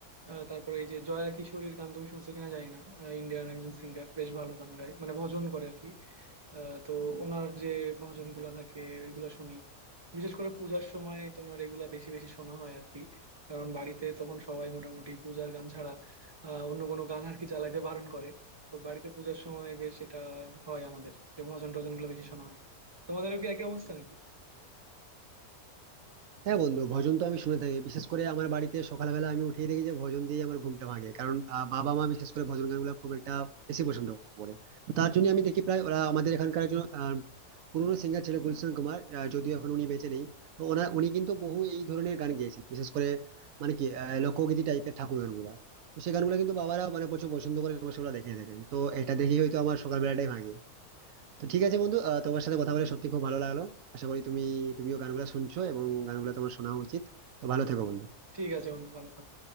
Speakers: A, on the right; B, on the right.
A: আহ, তারপরে এই যে জয়া কিশোরীর গান তুমি শুনছো কিনা জানি না ইন্ডিয়ান একজন সিঙ্গার বেশ ভালো গান গায় মানে ভজন করে আর কি আহ, তো ওনার যে ভজন গুলা থাকে ওইগুলা শুনি বিশেষ করে পূজার সময় তোমার এগুলা বেশি বেশি শোনা হয় আর কি কারণ বাড়িতে তখন সবাই মোটামুটি পূজার গান ছাড়া আহ, অন্য কোনো গান আর কি চালাইতে বারণ করে তো বাড়িতে পূজার সময় বেশ এটা হয় আমাদের যে ভজন টজন গুলো বেশি শোনা হয় তোমাদেরও কি একই অবস্থা নাকি
B: হ্যাঁ বন্ধু ভজন তো আমি শুনে থাকি বিশেষ করে আমার বাড়িতে সকালবেলা আমি উঠেই দেখি যে ভজন দিয়ে আমার ঘুমটা ভাঙে কারণ আহ, বাবা মা বিশেষ করে ভজন গানগুলো খুব একটা বেশি পছন্দ করে তো তার জন্য আমি দেখি প্রায় ওরা আমাদের এখানকার একজন আহ, পুরনো সিঙ্গার ছিল গুলশান কুমার আহ, যদিও এখন উনি বেঁচে নেই তো ওনার উনি কিন্তু বহু এই ধরনের গান গেয়েছেন বিশেষ করে মানে কি আহ, লোকগীতি টাইপের ঠাকুর গানগুলা তো সেই গানগুলো কিন্তু বাবারা মানে প্রচুর পছন্দ করে এবং সেগুলো দেখে দেখেন তো এটা দেখেই হয়তো আমার সকালবেলাটাই ভাঙে তো ঠিক আছে বন্ধু আহ, তোমার সাথে কথা বলে সত্যি খুব ভালো লাগলো আশা করি তুমি তুমিও গানগুলো শুনছো এবং গানগুলো তোমার শোনা উচিত তো ভালো থেকো বন্ধু
A: ঠিক আছে বন্ধু ভালো থাকো।